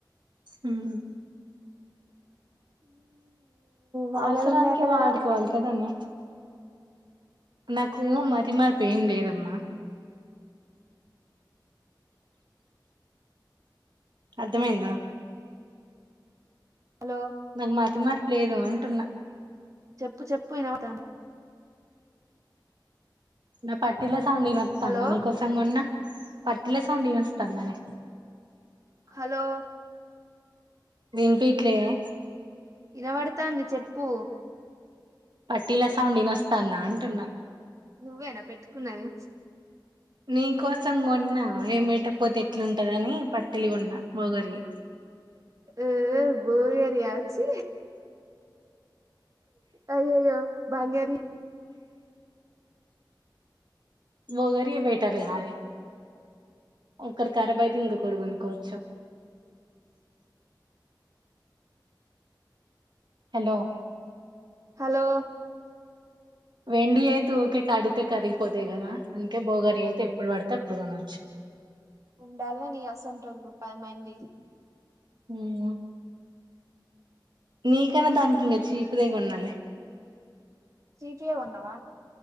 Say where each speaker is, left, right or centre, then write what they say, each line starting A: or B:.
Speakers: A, on the right; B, on the right.
A: ఉహ్మ్
B: వానలు
A: అవసరానికె
B: ఉన్నాయట
A: వాడుకోవాలి
B: కదా
A: కదానే నాకూ మతిమార్పు ఏం లేదమ్మా అర్థమైంద
B: హలో
A: నాకు మాతి మార్పు లేదు అంటున్నా
B: చెప్పు చెప్పు ఇనవడుతంది
A: నా పట్టీల సౌండ్ ఇనత్తందా
B: హలో
A: నీకోసం గొన్న పట్టిల సౌండ్ ఇనస్తాందనే
B: హలో
A: విన్పియట్లేదా
B: ఇనబడతాంది చెప్పు
A: పట్టీల సౌండ్ ఇనస్స్తాందా అంటున్నా
B: నువ్వేనా పెట్టుకున్నాది
A: నీ కోసం కొన్నా ఏం పేట్టకపోతే ఎట్లుంటందని పట్టీలు గొన్నా బోగారియే
B: ఏ బో గారియా చి అయ్యయ్యో బంగారీ ఇ
A: బోగర్ ఎ బెటార్ కదే ఒకట్ కరబయితే ఇంకొకటికొనుక్కోవచ్చు హలో
B: హలో
A: వెండి అయితే ఉకే కడితే కరిగిపోతాయి కదా అందుకె బోగరి అయితే ఎప్పుడు పడితే అప్పుడు కొన
B: ఉండాలనే నియాసంటోలు పదిమంది
A: ఉమ్ నీకాన్న దనికి ఇంగ చీప్ దే గొన్నలె
B: చికియే కోన్నవా